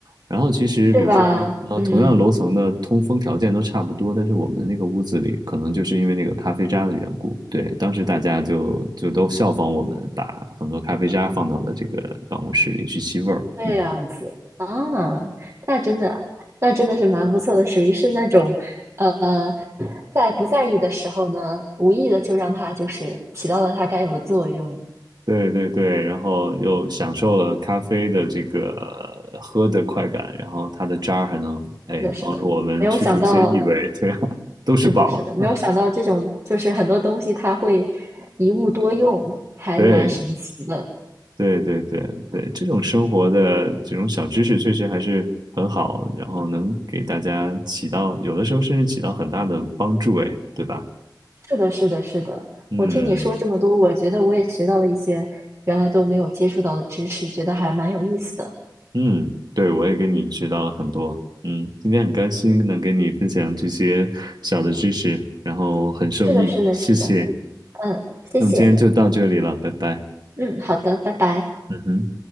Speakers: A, on the right; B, on the right.
A: 然后其实比如说，
B: 是吧？
A: 呃，
B: 嗯，
A: 同样楼层的通风条件都差不多，但是我们那个屋子里可能就是因为那个咖啡渣的缘故，对，当时大家就就都效仿我们，把很多咖啡渣放到了这个办公室里去吸味儿。
B: 这样子啊，
A: 嗯，
B: 那真的，那真的是蛮不错的，属于是那种，呃，在不在意的时候呢，无意的就让它就是起到了它该有的作用。
A: 对对对，然后又享受了咖啡的这个呃喝的快感，然后它的渣儿还能哎帮助我们去除一些异味，
B: 是的，是的，没有想到，
A: 对啊，
B: 是的，
A: 都是宝。
B: 是的，没有想到这种就是很多东西它会一物多用，还蛮神奇的。
A: 对对对对对，这种生活的这种小知识确实还是很好，然后能给大家起到有的时候甚至起到很大的帮助，哎，对吧？
B: 是的，是的，是的。
A: 嗯
B: 我听你说这么多，我觉得我也学到了一些原来都没有接触到的知识，觉得还蛮有意思的。
A: 嗯，对，我也跟你学到了很多。嗯，今天很开心能跟你分享这些小的知识，然后很受益，
B: 是的，是的，
A: 谢谢。
B: 是的。嗯，谢谢。
A: 那么今天就到这里了，拜拜。
B: 嗯，好的，拜拜。
A: 嗯哼。